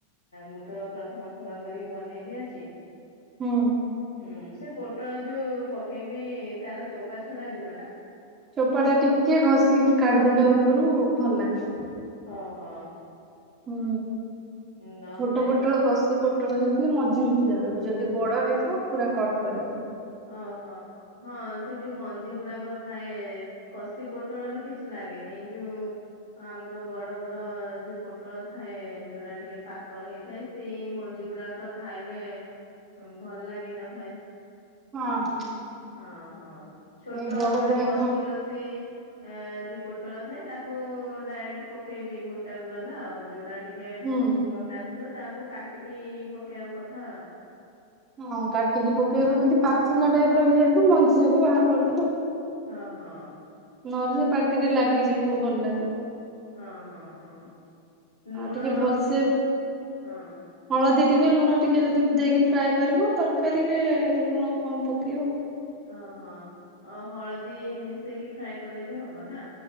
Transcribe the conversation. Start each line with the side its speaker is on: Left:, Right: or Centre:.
Left: ମୁଁ ତ ପ୍ରଥମ ଥର ବଢ଼ି ବନେଇବି ଆଜି
Right: ହୁଁ।
Left: ହୁଁ ସେ ପୋଟଳ ଯୋଉ ପକେଇବି ତାର ଚୋପା ଛଡା ଯିବ ନା?
Right: ଚୋପା ଟା ଟିକେ ଘଷିକି କାଢିଦେଲେ ଉପରୁ ଭଲ ଲାଗେ।
Left: ଅହ।
Right: ହୁଁ
Left: ନହେଲେ
Right: ଛୋଟ ପୋଟଳ
Left: ସେ
Right: କଷି ପୋ ପୋଟଳ ହେଇଥିଲେ ମଝିରେ ଚିରା କରିବ ଯଦି ବଡ଼ ହେଇଥିବ ପୁରା କଟ୍ କରିବ।
Left: ଓହୋ ହଁ ସେ ଯୋଉ ମଞ୍ଜି ଗୁଡାକ ଥାଏ କଷି ପୋଟଳ ର କିଛି ଲାଗେନି ଏଇ ଯୋଉ ଆମର ବଡ଼ ବଡ଼ ଯୋଉ ପୋଟଳ ଥାଏ ଯୋଉଟା ଟିକେ ପାକଳ ହେଇଥାଏ। ସେଇ ମଞ୍ଜି ଗୁଡାକ ତ ଖାଇଲେ ଭଲ ଲାଗି ନଥାଏ।
Right: ହଁ ହଁ।
Left: ହଁ ହଁ ଛୋଟ
Right: ସେଇ ବଡ
Left: ଯୋଉଟା
Right: ଗୁଡାକ
Left: କଷି କଷି ଏ ଯୋଉ ପୋଟଳ ଥାଏ ତାକୁ ଡାଇରେକ୍ଟ ପକେଇବି ଗୋଟା ବାଲା ଆଉ ଯୋଉଟା ଟି ଏ
Right: ହୁଁ
Left: ମୋଟା ଥିବ ତାକୁ କାଟିକି ପକେଇବା କଥା ଆଉ।
Right: ହଁ ହଁ କାଟିକି ପକେଇବ ଯଦି ପାଚିଲା ଟାଇପ୍ ର ହେଇଯାଇ ତ ମଞ୍ଜି ଯାକ ବାହାର କରିଦେବେ।
Left: ହଁ ହଁ।
Right: ନହେଲେ ସେ ପାଟିରେ ଲାଗିଯିବ ଭଲ ଲାଗିବ।
Left: ହଁ ହଁ ହଁ ଲୁଣ
Right: ଆଉ ଟିକେ ଭଲସେ
Left: ହଁ।
Right: ହଳଦୀ ଟିକେ ଲୁଣ ଟିକେ ଯଦି ଦେଇକି ଫ୍ରାଏ କରିବ ତରକାରୀରେ ଲୁଣ କମ୍ ପକେଇବ।
Left: ଓହୋ ହଳଦୀ ମିଶେଇକି ଫ୍ରାଏ କଲେ ବି ହବ ନା।